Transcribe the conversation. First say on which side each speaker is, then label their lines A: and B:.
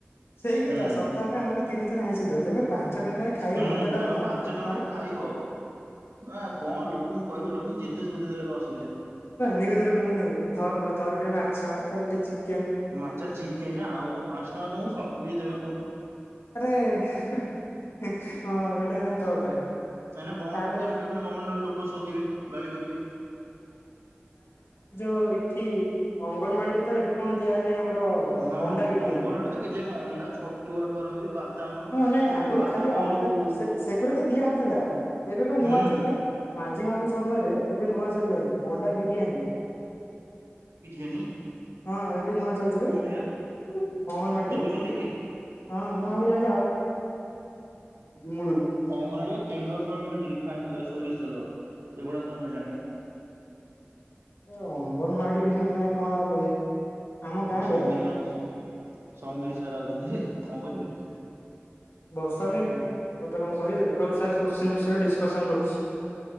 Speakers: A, on the left; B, on the right.
A: ସେଇ
B: ହୁଁ
A: କଥା ସପ୍ତାହ ଆମକୁ ତିନି ଥର ଆଇଁସ ଦିଅ ତବେ ପାଞ୍ଚ ଟଙ୍କାରେ ଖାଇବ
B: ହୁଁ
A: ଭାତ ଡାଲମା
B: ତମେ ପାଞ୍ଚ ଟଙ୍କାରେ
A: ଆଉ।
B: ଖାଇବ। ଆ କଣ ଲୋକଙ୍କୁ କହିବ ଲୋକଙ୍କୁ ଯେତେ ସୁବିଧ ଦେଲେ ଭି ଅସୁ
A: ନ୍ୟୁଉଜ ରେ କହୁଛନ୍ତି ଥର ଥରୁଟେ ମାଛ। ଥରେ ଟେ ଚିକ
B: ମାଛ, ଚିକେନ ଆଉ କଣ ପାଞ୍ଚ ଟଙ୍କା ତମକୁ ସବୁ କିଛି ଦେବେ କହୁନୁ।
A: ଆରେ ହଁ ଏଡା ସତ କଥା।
B: କାଇଁକିନା ବନ୍ଦ
A: ତାପରେ
B: ବି କରିପାରିବନି ଗଭର୍ଣମେଣ୍ଟ ଲୋକ ଶୋଧିବେ ଗାଳି କରିବେ।
A: ଓ ଇଠି। ଅଙ୍ଗନବାଡିରେ ତ ଏବେ କଣ ଦିଆହେଲାଣି ଆମର
B: ହଁ
A: ଅଣ୍ଡା ବିରିୟାନୀ।
B: ଅଙ୍ଗନବାଡି ତ କେଜିଏ କଣ ଅଣ୍ଡା ଛତୁଆଠୁ ଆରମ୍ଭ କରି ବାଦାମ
A: ହଁ ନାଇଁ ଆଗରୁ
B: ବାଦାମ
A: ଖାଲି
B: ଲଡୁ
A: ଅଣ୍ଡା
B: ଯୋଉ
A: ସେ ସେଗୁଡା ତ ଦିଆ ହଉଥିଲା ଏବେ ବା ନୂଆ
B: ହୁଁ
A: ଚାଲିଲା ମାଝି ବାବୁ ସମୟରେ ଏବେ ନୂଆ ଚାଲିଲାଣି ଅଣ୍ଡା ବିରିୟାନୀ।
B: ହୁଁ
A: ହଁ ଏବେ ନୂଆ ଚାଲିଛି
B: କଉଠି ବା
A: ଅଙ୍ଗନବାଡିରେ
B: ଦଉଛନ୍ତି?
A: ହଁ ମୁଁ ଭବୁଛି ଜାଣି ମୂଳରୁ।
B: ଅଙ୍ଗନବାଡ଼ି ତେଲ ସହ ମିଳୁଛି ରିଫାଇନ, ସୋରିଷ ତେଲ। ସେଗୁଡା ସବୁ ମିଳିଲାଣି ବା।
A: ଏ ଅଙ୍ଗନବାଡି ବିସେରେ ମାନେ କଣ ଆଉ କହିବି। ଆମ ଗାଁ
B: ସମୀର
A: ରେ
B: ମା ସମ ସମୀର ସାର ଆଉଛନ୍ତି ହେ। କଣ କରିବି?
A: ବର୍ଷା ହେଲା ହେଠି। ତତେ କଣ କହିବେ? କହିବୁ ସାର କୋଶ୍ଚିନ୍ ବିଷୟରେ ଡିସ୍କସନ୍ କରୁଛି।